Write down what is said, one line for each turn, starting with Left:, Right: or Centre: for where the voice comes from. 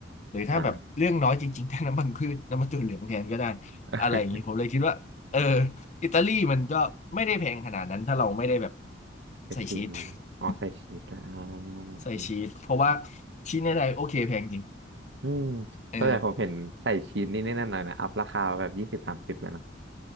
Left: หรือถ้าแบบเรื่องน้อยจริงๆถ้าน้ำมันพืชน้ำมันถั่วเหลืองแทนก็ได้
Right: อ่า <laughs>
Left: อะไรอย่างนี้ผมเลยคิดว่าเอออิตาลีมันก็ไม่ได้แพงขนาดนั้นถ้าเราไม่ได้แบบ
Right: ไปซื้อ
Left: ใส่ชีส <laughs>
Right: อ๋อใส่ชีสด้วยอ่า
Left: ใส่ชีสเพราะว่า
Right: อืม
Left: ชีสในไทยโอเคแพงจริง
Right: อืม
Left: เออ
Right: ก็แต่ผมเห็นใส่ชีสนี่นี่นั่นหน่อยนะ อัพราคาแบบยี่สิบสามสิบเลยนะ